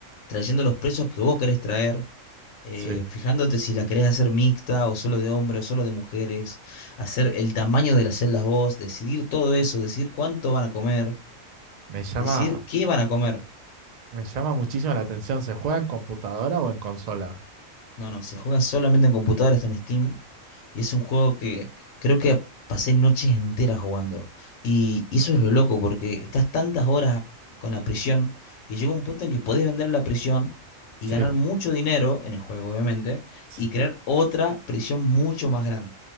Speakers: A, on the left; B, on the right.
A: trayendo los presos que vos querés traer, eh,
B: Sí.
A: fijándote si la querés hacer mixta o solo de hombres o solo de mujeres, hacer el tamaño de las celdas vos, decidir todo eso, decidir cuánto van a comer,
B: Me llama,
A: decidir qué van a comer.
B: me llama muchísimo la atención. ¿Se juega en computadora o en consola?
A: No, no, se juega solamente en computadoras, en Steam. Y es un juego que creo que pasé noches enteras jugando. Y y eso es lo loco, porque estás tantas horas con la prisión que llega un punto en que podés vender la prisión y
B: Sí,
A: ganar mucho dinero en el juego, obviamente,
B: sí.
A: y crear otra prisión mucho más grande.